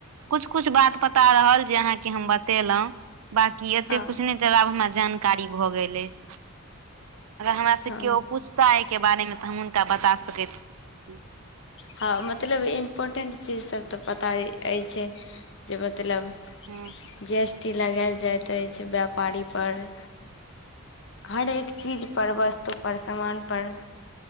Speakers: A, on the right (about 80°); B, on the left (about 60°).
A: कुछ कुछ बात पता रहल जे अहाँके हम बतेलहुं। बाकी एते
B: हँ
A: कुछ नहि ज आब हमरा जानकारी भऽ गेल अछि। अगर हमरा से
B: हँ
A: कियो पूछता एहि के बारे मे तऽ हम हुनका बता सकैत छी।
B: हँ मतलब इम्पोर्टेंट चीजसभ तऽ पता अइछे जे मतलब
A: हूं
B: जी एस टी लगायल जाइत अछि व्यापारी पर। हर एक चीज पर वस्तु पर सामान पर